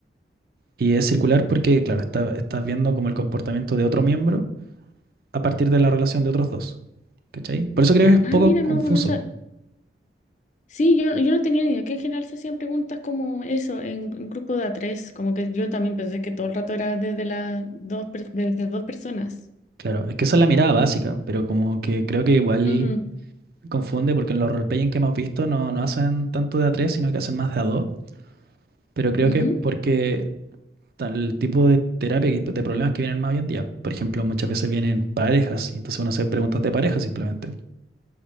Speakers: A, on the right (about 55°); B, on the left (about 40°).
A: Y es circular porque, claro, está- estás viendo como el comportamiento de otro miembro a partir de la relación de otros dos. ¿Cachai? Por eso creo
B: Ah,
A: que es un poco
B: mira,
A: confuso.
B: no, no sa- Sí, yo, yo no tenía ni idea que en general se hacían preguntas como eso, en gru- grupo de a tres. Como que yo también pensé que todo el rato era desde las dos, per- desde dos personas.
A: Claro, es que esa es la mirada básica, pero como que creo que igual
B: Ujú,
A: confunde porque en los roleplaying que hemos visto no, no hacen tanto de a tres, sino que hacen más de a dos. Pero creo
B: ujú,
A: que es porque tal- el tipo de terapia, y de problemas que vienen más hoy en día. Por ejemplo, muchas veces vienen parejas y entonces uno hace preguntas de pareja simplemente.